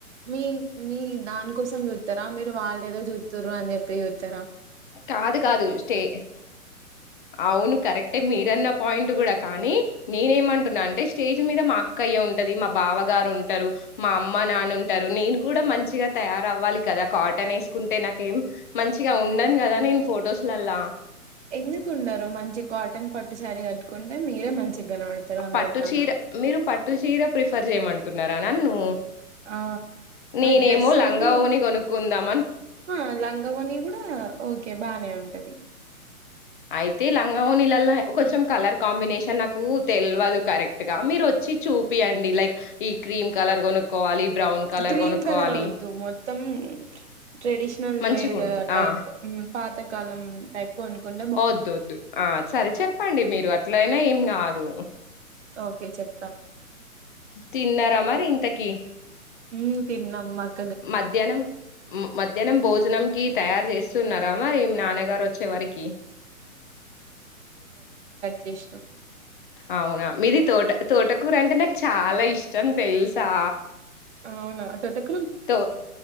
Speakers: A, on the right; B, on the left.
A: మీ మీ దాన్ కోసం చూత్ స్తారా మీరు వాళ్ళేదో చూత్తుర్రు అని చెప్పి చూత్తారా
B: కాదు కాదు స్టే అవును కరక్టే మీరు అన్న పాయింట్ కూడా కానీ నేనేమంటున్నా అంటే స్టేజ్ మీద మా అక్కయ్య ఉంటది మా బావ గారు ఉంటరు మా అమ్మ నాన్న ఉంటరు నేను కూడా మంచిగా తయారవ్వాలి కదా కాటన్ వేసుకుంటే నాకేం మంచిగా ఉండన్ గదా నేన్ ఫొటోస్ లాల్ల
A: ఎందుకుండరు మంచి కాటన్ పట్టు శారీ కట్టుకుంటే మీరే మంచిగ కనపడతారు అందరికన్నా
B: పట్టు చీర మీరు పట్టు చీర ప్రిఫర్ చేయమంటున్నారా నన్ను
A: ఆ
B: నేనేమో
A: మరి డ్రెస్
B: లంగా
A: అంటే
B: ఓని కొనుక్కుందామ
A: ఆ లంగవొని కూడా ఓకే బానే ఉంటది
B: అయితే లంగావొనీలళ్ల కొంచెం కలర్ కాంబినేషన్ నాకు తెల్వదు కరెక్ట్ గా మీరు వచ్ వచ్చి చూపియండి లైక్ ఈ క్రీమ్ కలర్ కొనుక్కోవాలి బ్రౌన్ కలర్
A: క్రీమ్
B: కొనుక్కోవాలి
A: కలర్ వద్దు మొత్తం ట్రెడిషనల్
B: మంచిగుండు
A: వేర్ టైప్
B: ఆ
A: పాతకాలం టైప్ కొనుక్కుం
B: వద్దొ వద్దు ఆ సరే చెప్పండి మీరు అట్లయినా ఏం కాదు
A: ఓకే చెప్
B: తిన్నార మరి ఇంతకి
A: ఉ తిన్నాం మాక్
B: మధ్యాహ్నం మధ్యాహ్నం భోజనం కి తయార్ చేస్తున్నారా మరి నాన్నగారు వచ్చే వారికి
A: చేసిన
B: అవునా మీది తోట తోటకూరంటే నాక్ చాలా ఇష్టం తెలుసా
A: అవునా తోటక్
B: తో